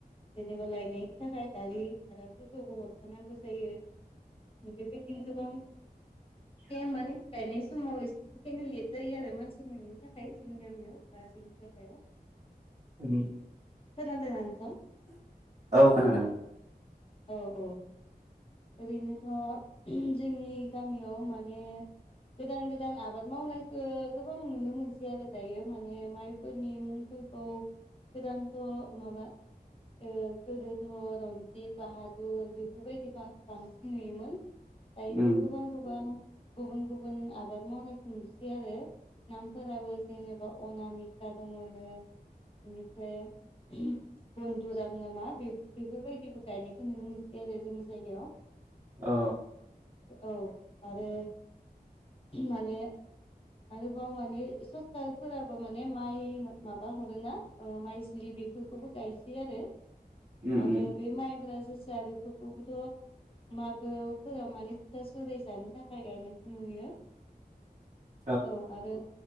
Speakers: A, on the left; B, on the right.
A: जेनेबा लायनायनि थाखाय गारि भाराफोरखौबो हरखानांगौ जायो बेबादिनो गोबां
B: <inaudible>
A: <unintelligible> माने गायनाय समाव एसेखायनो लेट जायो आरो मानसि मोनैनि थाखाय जोंनि गामियाव बा <unintelligible> हेव
B: उम
A: खोनादोंना नोंथां
B: औ खोनादों
A: औ औ ओरैनोथ' जोंनि गामियाव माने गोदान गोदान आबाद मावनायखो गोबां नुनो मोनसै आरो दायो माने माइफोरनि मुंफोर
B: <inaudible>
A: गोदानथ' माबा ओ गोदोथ' रन थ बाहादुर बेफोरबायदि बांसिन नुयोमोन दायोथ'
B: उम
A: गोबां गोबां गुबुन गुबुन आबाद मावनायखौ नुसै आरो नामफोराबो जेनेबा अनामिका दङनो बेनिफ्राय बन्धुराम नामा बे बेफोरबायदिबो गायनायखौ नुनो मोनसै आरो जोंनि जायगायाव।
B: औ
A: औ आरो माने आरोबाव माने सबकारफोराबो माने माइ माबा हरो ना ओ माइज्लि बेफोरखौबो गायसै आरो
B: उम
A: आरो
B: उम
A: बे माइ क्राजोसा बेफोरखौबोथ' मागो फोराव माने फिथा सुराय जानो थाखाय गायनायखौ नुयो।
B: <inaudible>
A: औ आरो